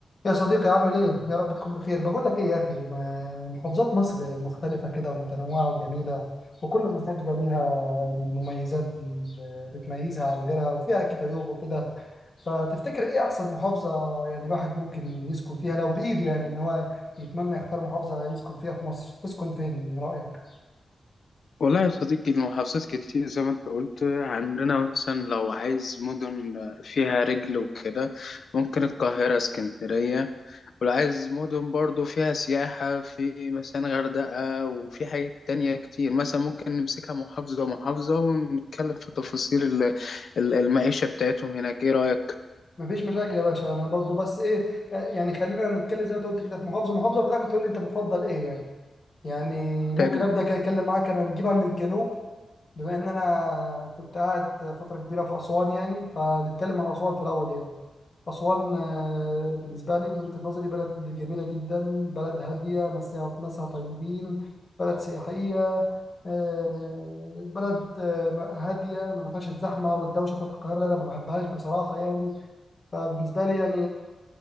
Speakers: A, on the left; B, on the left.
A: يا صديقي عامل ايه؟ يا رب تكون بخير، بقول لك ايه يا اخي ما- محافظات مصر مختلفة كده ومتنوعة وجميلة وكل محافظة ليها المميزات اللي بتميزها عن غيرها وفيها اكيد عيوب وكده فتفتكر ايه احسن محافظة يعني الواحد ممكن يسكن فيها لو بايده يعني ان هو يتمنى يختار محافظة يسكن فيها في مصر، تسكن فين من رأيك؟
B: والله يا صديقي المحافظات كتير زي ما انت قلت عندنا مثلا لو عايز مدن فيها رجل وكده ممكن القاهرة اسكندرية ولو عايز مدن برضو فيها سياحة في مثلا غردقة وفي حاجات تانية كتير مثلا ممكن نمسكها محافظة محافظة ونتكلم في تفاصيل ال- ال- المعيشة بتاعتهم هناك ايه رأيك؟
A: مفيش مشاكل يا باشا انا برضو بس ايه يعني خلينا نتكلم زي ما أنت قلت كده في محافظة محافظة في الاخر تقول لي انت بتفضل ايه يعني؟ يعني ممكن
B: تمام
A: ابدا كده اتكلم معاك انا نجيبها من الجنوب بما ان انا كنت قاعد فتره كبيره في اسوان يعني فنتكلم عن اسوان في الاول يعني اسوان آه، بالنسبه لي من وجهه نظري بلد جميله جدا بلد هاديه ناسها ناسها طيبين بلد سياحيه آه، بلد آه، هاديه ما فيهاش الزحمه والدوشه بتاعت القاهره اللي انا ما بحبهاش بصراحه يعني فبالنسبه لي يعني